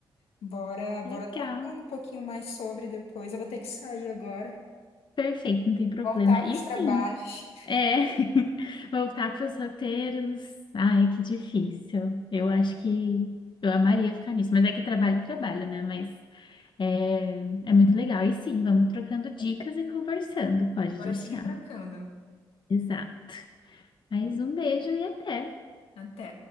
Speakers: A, on the left; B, on the left.
A: Bora, bora
B: Legal,
A: trocando um pouquinho mais sobre depois. Eu vou ter que sair agora.
B: perfeito, não tem problema.
A: voltar para
B: E
A: os
B: sim,
A: trabalhos.
B: é, <laughs> voltar para os roteiros, ai, que difícil. Eu acho que eu amaria ficar nisso, mas é que trabalho, é trabalho, né? Mas é, é muito legal. E sim, vamos trocando dicas e conversando, pode
A: Bora
B: deixar.
A: seguir trocando.
B: Exato. Mas um beijo e até.
A: Até.